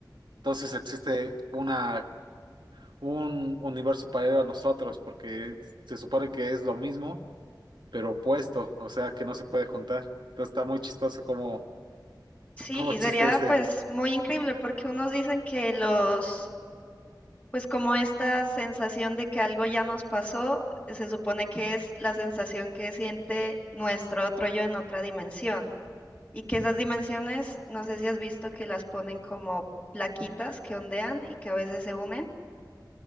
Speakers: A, on the right (about 80°); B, on the left (about 20°).
A: entonces existe una, un universo paralelo a nosotros, porque se supone que es lo mismo, pero opuesto, o sea, que no se puede juntar. Entonces está muy chistoso como,
B: Sí,
A: como
B: y
A: existe
B: sería
A: ese,
B: pues muy increíble porque unos dicen que los, pues como esta sensación de que algo ya nos pasó, se supone que es la sensación que siente nuestro otro yo en otra dimensión. Y que esas dimensiones, no sé si has visto que las ponen como plaquitas que ondean y que a veces se unen,